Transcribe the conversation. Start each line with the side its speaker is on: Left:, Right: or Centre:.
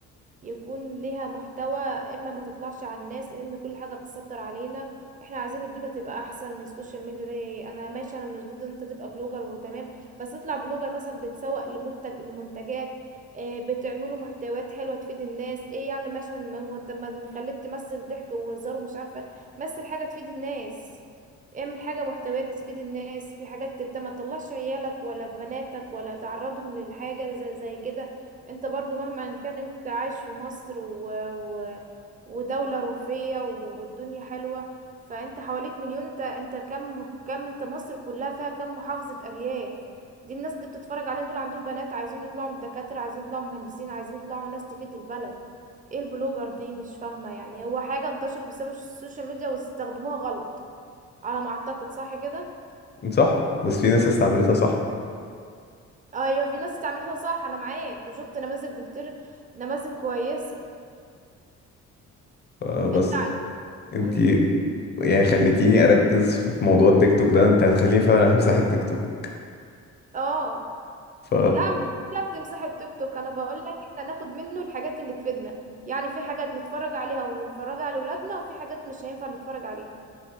Right: يكون ليها محتوى اما ما تطلعش على الناس ان كل حاجة بتصدر علينا احنا عايزين الدنيا تبقى احسن السوشيال ميديا دي انا ماشي انا مش ضد ان انت تبقى بلوجر وتمام بس اطلع بلوجر مثلا بتسوق لمنتج لمنتجات إيه بتعملوا محتويات حلوة تفيد الناس ايه يعني مثلا ما- وانت ما تخليك تمثل ضحك وهزار ومش عارفة مثل حاجة تفيد الناس اعمل حاجة محتويات تفيد الناس في حاجات تبت ما تطلعش عيالك ولا بناتك ولا تعرضهم للحاجة زي زي كده انت برضو مهما كان انت عايش في مصر و... و... ودولة روفية والدنيا حلوة فانت حواليك مليون انت انت كم كم انت مصر كلها فيها كم محافظة ارياف دي الناس دي بتتفرج عليهم دول عندهم بنات عايزين يطلعوا دكاترة عايزين يطلعوا مهندسين عايزين يطلعوا ناس تفيد البلد ايه البلوجر دي مش فاهمة يعني هو حاجة انتشرت بسبب السوشيال ميديا واستخدموها غلط على ما اعتقد صح كده
Left: صح بس في ناس استعملتها صح
Right: ايوه في ناس استعملتها صح انا معاك وشفت نماذج بكتير نماذج كويسه
Left: آه، بس
Right: انت
Left: انتي
Right: أن-
Left: يعني خليتيني اركز في موضوع التيك توك ده انت هتخليني فعلا <laughs> امسح التيك توك
Right: اه
Left: ف
Right: لا مش بقولك تمسح التيك توك انا بقولك احنا ناخد منه الحاجات اللي تفيدنا يعني في حاجات نتفرج عليها ونفرجها على ولادنا وفي حاجات مش هينفع نتفرج عليها